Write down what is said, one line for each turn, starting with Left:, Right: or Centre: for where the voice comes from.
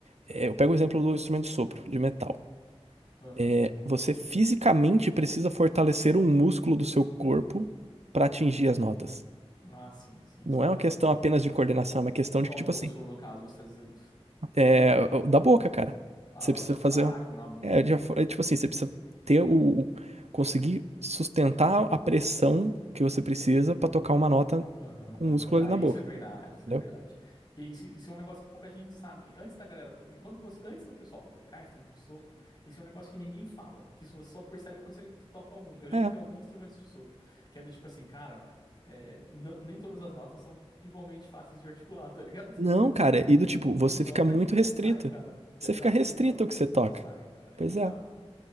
Right: É, Eu pego o exemplo do instrumento de sopro, de metal.
Left: Aham.
Right: É, você fisicamente precisa fortalecer um músculo do seu corpo para atingir as notas.
Left: Ah, sim, sim,
Right: Não
Left: sim.
Right: é uma questão apenas de coordenação, é uma questão de
Left: Qual
Right: que, tipo
Left: músculo,
Right: assim,
Left: no caso, você tá dizendo?
Right: é, o- da boca, cara.
Left: Ah,
Right: Você precisa
Left: o diafragma,
Right: fazer. um,
Left: a boca
Right: É, já
Left: e
Right: fa-
Left: tal.
Right: é, tipo assim, você precisa ter o. o- conseguir sustentar a pressão que você precisa para tocar uma nota
Left: Aham,
Right: com
Left: aham.
Right: o músculo ali
Left: Ah,
Right: na
Left: isso
Right: boca.
Left: é verdade, isso
Right: Entendeu?
Left: é verdade. Porque Isso, isso é um negócio que pouca gente sabe. Antes da galera, to... Enquanto você... antes do pessoal tocar instrumento de sopro, isso é um negócio que ninguém fala, que isso você só percebe quando você toca algum. Eu já
Right: É.
Left: toquei alguns instrumentos de sopro, que é do tipo assim, cara, é, n- nem todas as notas são igualmente fáceis de articular, tá ligado? <laughs>
Right: Não, cara, e do tipo, você
Left: Tem nota
Right: fica muito
Left: que não
Right: restrito.
Left: sai, cara. Exato,
Right: Você fica restrito
Left: tem nota
Right: ao que
Left: que
Right: você
Left: não
Right: toca.
Left: sai, cara.
Right: Pois
Left: Exato.
Right: é.